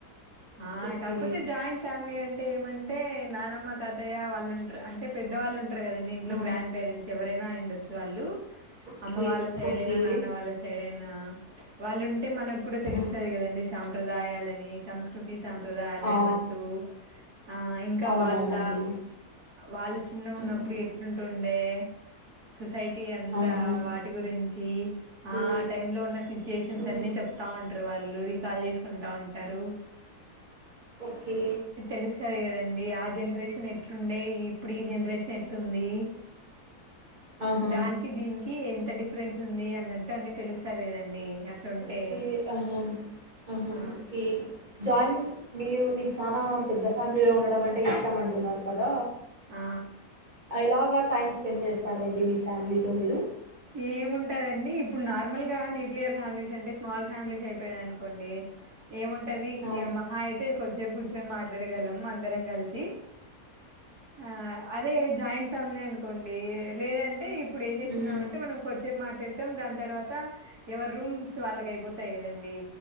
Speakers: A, on the right (about 75°); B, on the right (about 30°).
A: ఆ
B: ఓకే.
A: కాక్పొతె జాయింట్ ఫ్యామిలీ అంట్ అంటే నానమ్మ తాతయ్య వాళ్ళు ఉంట్రు అంటె పెద్దవాళ్ళు ఉంట్ టారు కదండి ఇంట్లొ
B: ఆ!
A: గ్రాండ్ పేరెంట్స్ ఎవరై నాయుండొచ్చు వాల్లూ
B: ఓకే.
A: అమ్మ వాళ్ళ సైడైన,
B: ఓకే.
A: నాన్న వాళ్ళ సైడైనా. వాళ్ళిం టే మనక్ కూడ తెలుస్తది
B: ఆహా!
A: కదండి సాంప్రదాయాలని సంస్కృతి సాంప్రదాయాలైనట్టు
B: ఆ!
A: ఆ ఇంక
B: అవునవునండి.
A: వాళ్ళ వాళ్ళు చిన్న
B: హ్మ్.
A: ఉన్నప్పుడు ఎట్లుంటుంన్ డే సొసైట్ టీ అంతా
B: ఆహా!
A: వాటి గురించీ
B: ఓకే.
A: ఆ టైం లో ఉన్న సిచ్చుయేషన్స్
B: ఓకే.
A: అన్ని చెప్తా ఉంట వాళ్ళు రికాల్ చేసుకుంట ఉంటరు
B: ఒకే
A: తెలుస్తది కదండి ఆ జన్రేషన్ ఎట్లుండే ఇప్పుడు ఈ జన్రేషన్ ఎట్లుంది
B: ఆహా!
A: దాన్కి దీనికి టీ ఎంత డిఫ్రెన్స్ ఉంది అన్నట్టు అన్ని తెలుస్తది కదండి అట్లుంటే
B: ఒకే అహా అహా
A: ఆ
B: ఒకే జాన్ మీరొత్ మీకు చాలా పెద్ద ఫ్యామిలీలో ఉండడం అంటే ఇష్టం అంటున్నారు కదా
A: ఆ
B: ఎలాగా టైమ్స్ స్పెండ్ చేస్తారండి మీ ఫ్యామిలీతో మీరు
A: ఏముంటదండి ఇప్పుడు నార్మల్ గా న్యూక్లియర్ ఫ్యామిలీస్ అంటే స్మాల్ ఫ్యామిలీస్ అయిపోనాయి అనుకోండి ఏముంటది
B: ఆ!
A: ఏ మహా అయితే కొద్దిసేపు కూర్చొని మాట్లాడగలం అందరం కలిసి ఆ అదే జాయింట్ ఫ్యామిలీ అనుకోండి లేదంటే ఇప్పుడు ఏం చేసి
B: హ్మ్.
A: న్నామంటే మనం కొద్దిసేపు మాట్లాడతాం దాని తర్వాత ఎవరు రూమ్స్ వాళ్ళకి అయిపోతాయి కదండి